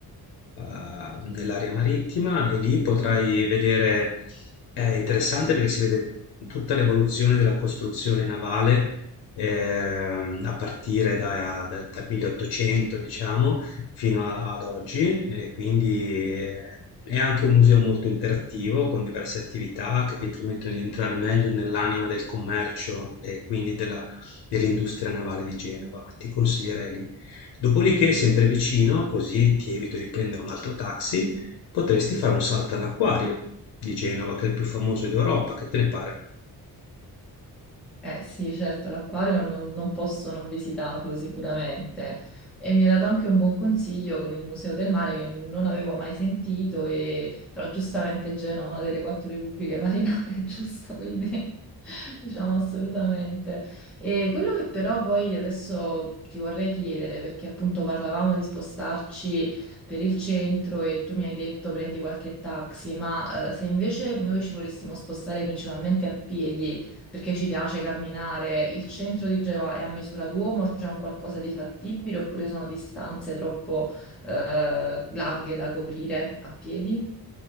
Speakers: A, on the left; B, in the centre.
A: eh, nell'area marittima, e lì potrai vedere, è interessante perché si vede tutta l'evoluzione della costruzione navale, ehm, a partire da, da- dal 1800, diciamo fino a- ad oggi, e quindi eh, è anche un museo molto interattivo con diverse attività che ti permettono di entrare meglio nell'anima del commercio e quindi della- dell'industria navale di Genova. Ti consiglierei lì. Dopodiché, sempre vicino, così ti evito di prendere un altro taxi, potresti fare un salto all'acquario di Genova, che è il più famoso d'Europa. Che te ne pare?
B: Eh sì, certo, l'acquario non, non posso non visitarlo sicuramente. E mi ha dato anche un buon consiglio con il Museo del Mare che non avevo mai sentito, e... però giustamente Genova è una delle quattro repubbliche marinare, <laughs> giusto? Quindi <laughs> diciamo assolutamente. E quello che però poi adesso ti vorrei chiedere, perché appunto parlavamo di spostarci per il centro e tu mi hai detto prendi qualche taxi, ma eh, se invece noi ci volessimo spostare principalmente a piedi, perché ci piace camminare. Il centro di Genova è a misura d'uomo, c'è un qualcosa di fattibile oppure sono distanze troppo eh, larghe da coprire a piedi?